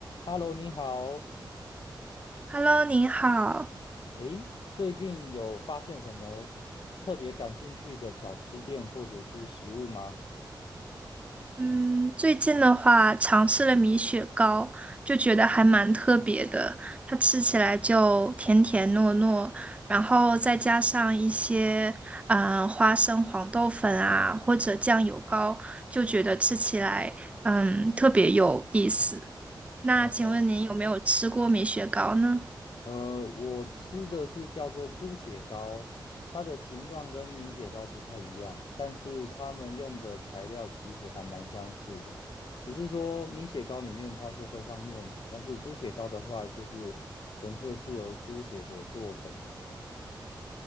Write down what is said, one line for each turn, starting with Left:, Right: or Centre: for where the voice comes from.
Left: Hello，你好。
Right: Hello，您好。
Left: 诶，最近有发现什么特别感兴趣的小吃店或者是食物吗？
Right: 嗯，最近的话尝试了米雪糕，就觉得还蛮特别的。它吃起来就甜甜糯糯，然后再加上一些嗯、呃花生黄豆粉啊，或者酱油膏，就觉得吃起来嗯特别有意思。那请问您有没有吃过米雪糕呢？
Left: 哦，呃，我吃的是叫做猪血糕，它的形状跟米血糕不太一样，但是它们用的材料其实还蛮相似的，只是说米血糕里面它是会放糯米，但是猪血糕的话就是纯粹是由猪血所做成的。